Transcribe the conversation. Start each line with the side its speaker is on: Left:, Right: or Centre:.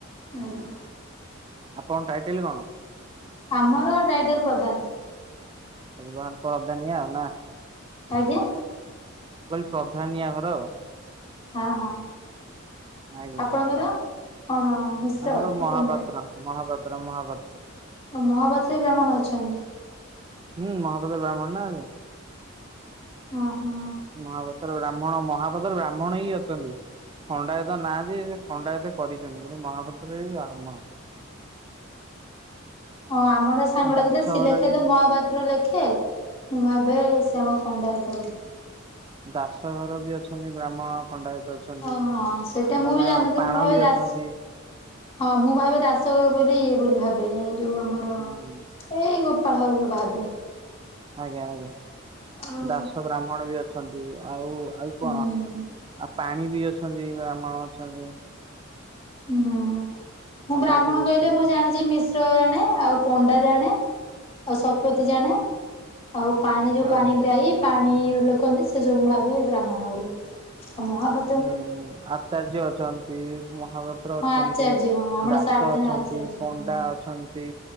Left: ଆଜ୍ଞା।
Right: ଆପଣ ଟାଇଟେଲ କଣ?
Left: ଆମର ଟାଇଟେଲ ପ୍ରଧାନ।
Right: <unintelligible> ପ୍ରଧାନିଆ ନା।
Left: ଆଜ୍ଞା।
Right: କହିଲେ ପ୍ରଧାନିୟା ଘର ଆଉ
Left: ହଁ ହଁ
Right: ଆଜ୍ଞା
Left: ଆପଣଙ୍କର
Right: ଆଜ୍ଞା।
Left: କଣ ମିଶ୍ର
Right: ଆମର
Left: ନା
Right: ମହାପାତ୍ର
Left: ପଣ୍ଡା?
Right: ମହାପାତ୍ର, ମହାପାତ୍ର।
Left: ଓ ମହାପାତ୍ର ରୁ ବ୍ରାହ୍ମଣ ଅଛନ୍ତି?
Right: ହୁଁ ମହାପାତ୍ର ବ୍ରାହ୍ମଣ ନାହାନ୍ତି?
Left: ହଁ ହଁ
Right: ମହାପାତ୍ରର ବ୍ରାହ୍ମଣ, ମହାପାତ୍ରର ବ୍ରାହ୍ମଣ ହିଁ ଅଛନ୍ତି। ଖଣ୍ଡାଏତ ନାହାନ୍ତି, ସେ ଖଣ୍ଡାଏତ କରିଛନ୍ତି, କିନ୍ତୁ ମହାପାତ୍ରରେ ବ୍ରାହ୍ମଣ
Left: ହଁ ଆମର ସାଙ୍ଗଟା
Right: ଦାସ
Left: ଥିଲା, ସିଏ
Right: ଘର
Left: ଲେଖେ
Right: ବି
Left: ତ ମହାପାତ୍ର ଲେଖେ, ମୁଁ ଭାବେ ସି ଆମ ଖଣ୍ଡାଏତ ବୋଧେ
Right: ଦାସଘର ବି ଅଛନ୍ତି, ବ୍ରାହ୍ମଣ ଖଣ୍ଡାୟତ ଅଛି।
Left: ଓହୋ
Right: ଅ
Left: ସେଇଟା ମୁଁ
Right: ମାନେ
Left: ବି ଜାଣିନଥିଲି
Right: ପାଣ
Left: ମୁଁ ଭାବେ
Right: ବି
Left: ଦାସ
Right: ଅଛନ୍ତି।
Left: ହଁ ମୁଁ ଭାବେ ଦାସ କ ବୋଲି ଇଏ ବୋଲି, ଭାବେ ଏ ଯୋଉ ଆମର
Right: ହୁଁ
Left: ଏଇ ଗୋପାଳ ହରୁ ମୁଁ ଭାବେ।
Right: ଆଜ୍ଞା ଆଜ୍ଞା,
Left: ଆଉ
Right: ଦାସ ବ୍ରାହ୍ମଣ ବି ଅଛନ୍ତି ଆଉ ଆଉ କଣ?
Left: ହୁଁ।
Right: ଆଉ ପାଣି ବି ଅଛନ୍ତି ବ୍ରାହ୍ମଣ ଅଛନ୍ତି।
Left: ଉ ହୁଁ, ମୁଁ
Right: ପଣ୍ଡାତି
Left: ବ୍ରାହ୍ମଣ
Right: ବି
Left: କହିଲେ
Right: ଅଛନ୍ତି।
Left: ମୁଁ ଜାଣିଛି ମି ଶ୍ର ଜାଣେ, ଆଉ ପଣ୍ଡା ଜାଣେ, ଆଉ ସତ ତ୍ପଥି ଜାଣେ, ଆଉ ପାଣି ଯୋଉ
Right: ଆଜ୍ଞା
Left: ପାଣି ଗ୍ରାହୀ ପାଣି ଲେଖନ୍ତି, ସେ ସବୁ ମୁ ଭାବେ ବ୍ରାହ୍ମଣ ବୋଲି, ଆଉ ମହାପା
Right: ହୁଁ ଆଚାର୍ଯ୍ୟ ଅଛନ୍ତି, ମହାପାତ ଠର
Left: ହଁ
Right: ଅଛନ୍ତି
Left: ଆଚାର୍ଯ୍ୟ ହଁ ଆମର
Right: ଦାସ
Left: ସାର୍ ଜଣେ
Right: ଅଛନ୍ତି
Left: ଆଚାର୍ଯ୍ୟ
Right: ପଣ୍ଡା
Left: ହଁ ହଁ।
Right: ଅଛନ୍ତି